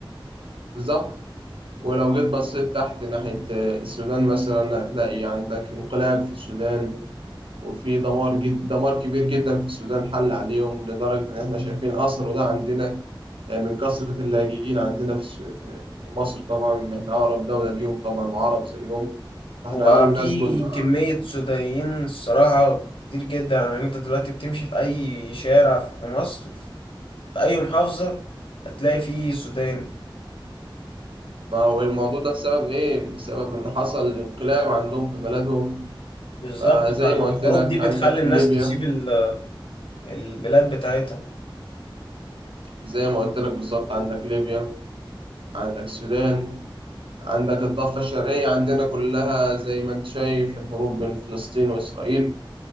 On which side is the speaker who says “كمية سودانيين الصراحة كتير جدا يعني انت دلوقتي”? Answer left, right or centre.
Left